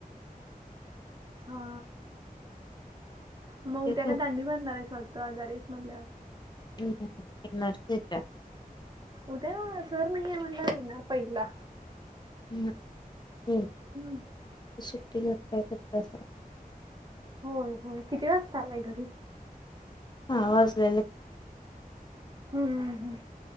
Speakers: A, on the right; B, on the left.
A: हा मऊ
B: तेच
A: त्या का दांडी भरणार आहेच वाटतं आजारच म्हटलं.
B: ह नचट
A: उद्या सर् नाहीय म्हणणा येणारार पहिला
B: ह, हो
A: हम्म,
B: शेट्टी कर,, काय करत्यास बग
A: होय, होय, किती वाजता आलाय घरी?
B: हा,, आवाज याल
A: हम्म,,,